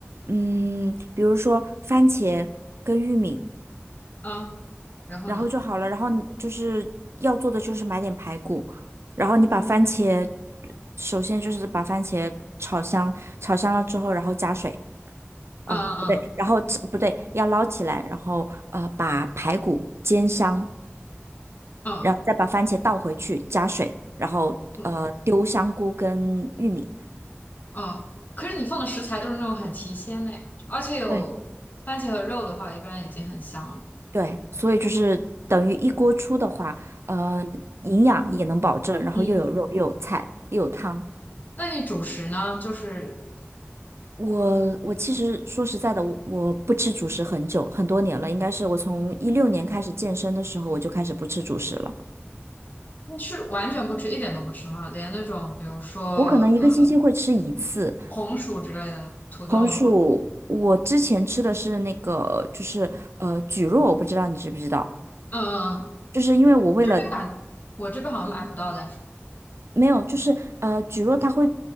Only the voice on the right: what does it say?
嗯，比如说番茄跟玉米，
然后就好了。然后你就是要做的就是买点排骨，然后你把番茄，首先就是把番茄炒香，炒香了之后，然后加水，
哦，不对，然后不对，要捞起来，然后呃把排骨煎香，
然后再把番茄倒回去，加水，然后呃丢香菇跟玉米。
对。
对，所以就是等于一锅出的话，呃，营养也能保证，然后又有肉，
又有菜，又有汤。
我我其实说实在的，我我不吃主食很久很多年了，应该是我从一六年开始健身的时候，我就开始不吃主食了。
我可能一个星期会吃一次
红薯。我之前吃的是那个，就是呃蒟蒻，我不知道你知不知道，
就是因为我为了
没有，就是呃，蒟蒻它会，